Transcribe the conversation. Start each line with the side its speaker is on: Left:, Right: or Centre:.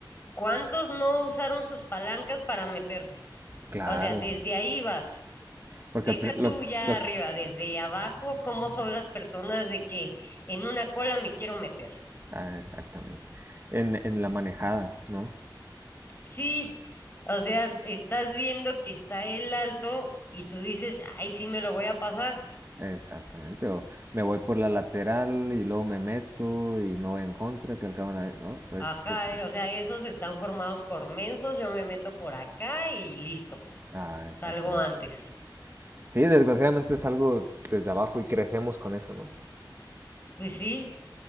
Left: ¿Cuántos no usaron sus palancas para meterse?
Right: claro,
Left: O sea, desde ahí vas.
Right: porque
Left: Deja
Right: el lo-
Left: tú ya
Right: los,
Left: arriba, desde abajo, cómo son las personas de que en una cola me quiero meter.
Right: ah, exactamente, en, en la manejada, ¿no?
Left: Sí, o sea, estás viendo que está el alto y tú dices, ay, sí me lo voy a pasar.
Right: Exactamente, o me voy por la lateral y luego me meto y me voy en contra, que al cabo nadie- No, pues
Left: Ajá,
Right: tú te-
Left: eh, o sea, esos están formados por mensos, yo me meto por acá y listo,
Right: Ah, exactamente.
Left: salgo antes.
Right: Sí, desgraciadamente es algo desde abajo y crecemos con eso, ¿no?
Left: Pues sí,